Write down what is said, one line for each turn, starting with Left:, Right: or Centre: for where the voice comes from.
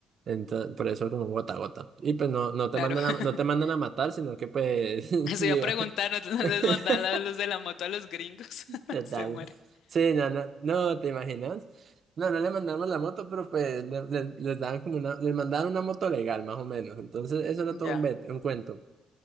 Right: Entonces, por eso como gota a gota. Y pues no, no te
Left: claro.
Right: mandan
Left: <laughs>
Right: a, no te mandan a matar, sino que pues, <laughs>
Left: Eso
Right: diga,
Left: iba a preguntar, no, no
Right: <laughs>
Left: les mandan la luz de la moto a los gringos. <laughs>
Right: total.
Left: Se muere.
Right: Sí, no, no, no, ¿te imaginas? No, no le mandamos la moto, pero pues le- le- les daban como una, les mandaban una moto legal, más o menos. Entonces, eso era
Left: Ya.
Right: todo un, bet- un cuento.